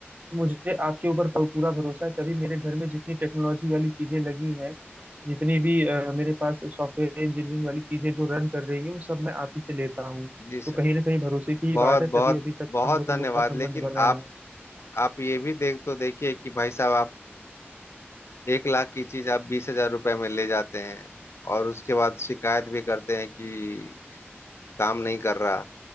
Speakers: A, on the right (about 40°); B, on the left (about 85°).
A: मुझे आपके ऊपर पू- पूरा भरोसा है तभी मेरे घर में जितनी टेक्नोलॉजी वाली चीजें लगी हैं जितनी भी अ, मेरे पास सॉफ्टवेयर इंजीनियरिंग वाली चीजें जो रन कर रही है वो सब मैं आप ही से लेता हूँ
B: जी सर
A: तो कहीं ना कहीं भरोसे की ही बात
B: बहुत
A: है तभी
B: बहुत
A: अभी तक
B: बहुत
A: हम दोनों
B: धन्यवाद
A: लोग का संबंध
B: लेकिन
A: बना
B: आप
A: है
B: आप ये भी देख तो देखिए कि भाई साहब आप एक लाख की चीज आप बीस हजार रुपए में ले जाते हैं और उसके बाद शिकायत भी करते हैं कि काम नहीं कर रहा